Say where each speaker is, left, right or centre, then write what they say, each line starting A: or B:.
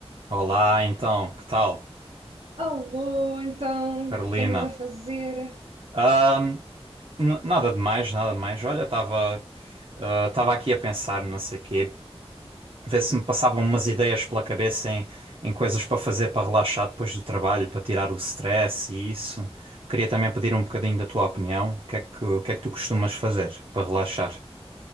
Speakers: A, on the right (about 60°); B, on the right (about 75°).
A: Olá, então, que tal,
B: Alô, então,
A: Carolina?
B: o que é que andas a fazer?
A: Ahm, n- nada demais, nada demais. Olha, estava estava aqui a pensar, não sei quê, ver se me passavam umas
B: Em quê?
A: ideias pela cabeça em, em coisas para fazer para relaxar depois do trabalho, para tirar o stress e isso. Queria também pedir um bocadinho da tua opinião. O que é que, o que é que tu costumas fazer para relaxar?